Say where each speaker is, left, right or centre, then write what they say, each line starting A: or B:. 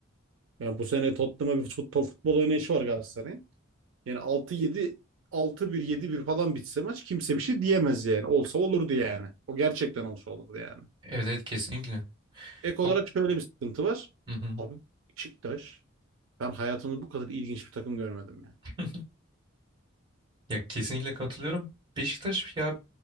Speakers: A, on the right; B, on the right.
A: Yani bu sene Tottenham'a bir fut- futbol oynayışı var Galatasaray'ın. Yani altı yedi altı bir yedi bir falan bitse maç kimse bir şey diyemez yani. Olsa olurdu yani. O gerçekten olsa olurdu yani.
B: Evet evet kesinlikle.
A: Ek olarak
B: Çok
A: şöyle bir sıkıntı var.
B: Hı hı.
A: Abi Beşiktaş ben hayatımda bu kadar ilginç bir takım görmedim ya.
B: <laughs> Ya kesinlikle katılıyorum. Beşiktaş ya